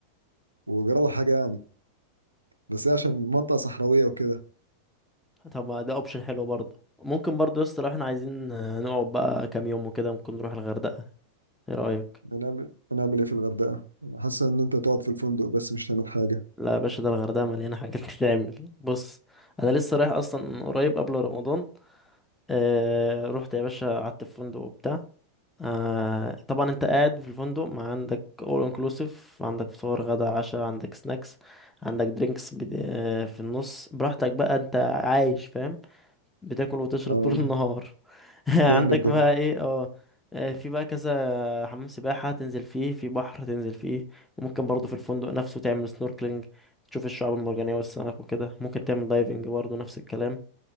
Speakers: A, on the right (about 85°); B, in the centre.
A: وجرى له حاجة يعني بس هي عشان منطقة صحراوية وكده
B: طب ما ده اوبشن حلو برضه ممكن برضه يا اسطى لو احنا عايزين آه، نقعد بقى كام يوم وكده ممكن نروح الغردقة ايه رأيك
A: هنعمل هنعمل ايه في الغردقة حاسس ان انت تقعد في الفندق بس مش هتعمل حاجة
B: لا يا باشا ده الغردقة مليانة حاجات <laughs> تتعمل بص أنا لسه رايح أصلا قريب قبل رمضان آه رحت يا باشا قعدت في فندق وبتاع آه طبعا أنت قاعد في الفندق ما عندك أول انكلوسيف عندك فطار غدا عشاء عندك سناكس عندك درينكس بد... آه في النص براحتك بقى أنت عايش فاهم بتاكل وتشرب
A: اه
B: طول النهار <laughs>
A: جامد
B: عندك
A: ده
B: بقى ايه اه آه، في بقى كذا حمام سباحة تنزل فيه في بحر تنزل فيه وممكن برضه في الفندق نفسه تعمل سنوركلينج تشوف الشعاب المرجانية والسمك وكده ممكن تعمل دايفنج برضه نفس الكلام